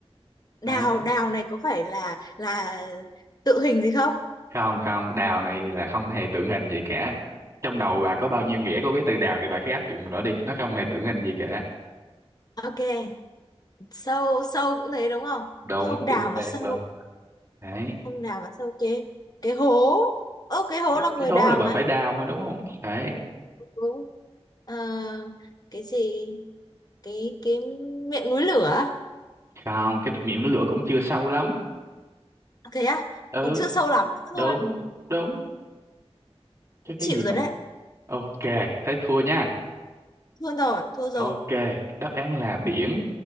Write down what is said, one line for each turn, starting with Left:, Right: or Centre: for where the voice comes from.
Left: Đào
Right: đấy
Left: đào này có phải là là tự hình gì không?
Right: không không đào này là không hề tượng hình gì cả trong đầu bà có bao nhiêu nghĩa của cái từ đào thì bà cứ áp dụng nó đi nó không hề tượng hình gì cả
Left: Ok, sâu sâu cũng thế đúng không?
Right: đúng
Left: Không đào
Right: chính
Left: mà
Right: xác
Left: sâu,
Right: luôn đấy
Left: không đào mà sâu cái cái hố. Ơ cái hố
Right: cái
Left: là người
Right: hố
Left: đào
Right: là bà
Left: mà.
Right: phải đào mà đúng không đấy
Left: Đúng. Ờ, cái gì? Cái cái miệng núi lửa.
Right: không cái miệng nó lửa cũng chưa sâu lắm
Left: À, Thế á?
Right: ừ
Left: Còn chưa sâu lắm nữa
Right: đúng
Left: luôn.
Right: đúng chứ cái
Left: Chịu
Right: gì mà
Left: rồi đấy.
Right: ok thế thua nha
Left: Thua rồi, thua
Right: ok
Left: rồi.
Right: đáp án là biển